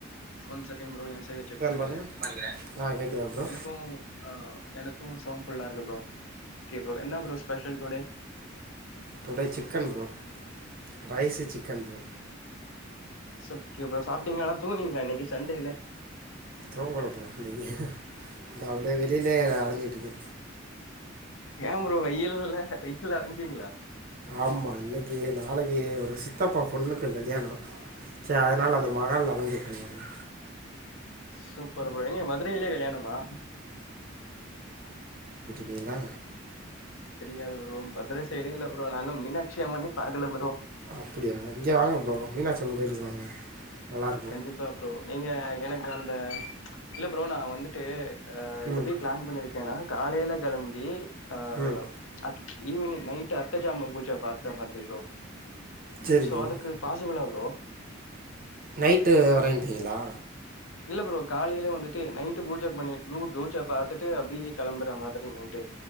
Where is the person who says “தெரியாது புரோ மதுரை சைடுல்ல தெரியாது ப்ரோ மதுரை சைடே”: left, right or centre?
Left